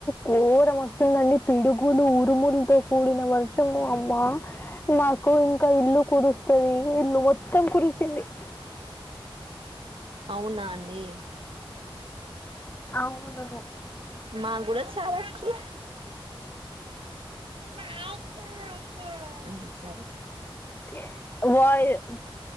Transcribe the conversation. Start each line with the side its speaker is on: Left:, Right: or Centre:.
Left: ఘోరం వస్తుందండి పిడుగులు ఉరుములతో కూడిన వర్షము అమ్మ మాకు ఇంకా ఇల్లు కురుస్తుంది ఇల్లు మొత్తం కురిసింది
Right: అవునా అండి
Left: అవును
Right: మా కూడా చాలాక్కువ ఆ సరే
Left: <unintelligible> వాయిస్